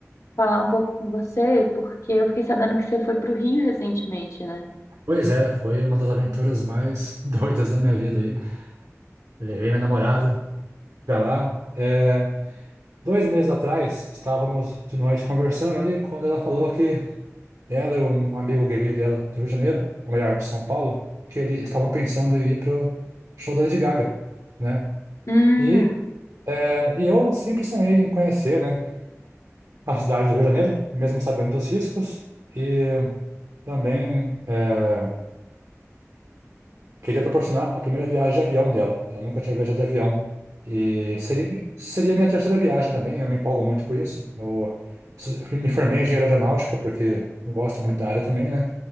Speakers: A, on the left (about 75°); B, on the right (about 80°).
A: falar um pouco com você, porque eu fiquei sabendo que você foi pro Rio recentemente, né?
B: Pois é, foi uma das aventuras mais <laughs> doidas da minha vida aí. Levei minha namorada pra lá. É, dois meses atrás, estávamos de noite conversando ali, quando ela falou que ela e um amigo gay dela do Rio de Janeiro, ou melhor, de São Paulo, que eles estavam pensando em ir pro show da Lady Gaga, né?
A: Hum,
B: E, é, e eu sempre sonhei em conhecer, né? a cidade do Rio de Janeiro, mesmo sabendo dos riscos, e também eh, queria proporcionar a primeira viagem de avião dela. Ela nunca tinha viajado de avião. E seria, seria minha terceira viagem também, eu me empolgo muito com isso. Eu su- me formei em engenharia aeronáutica porque eu gosto muito da área também, né?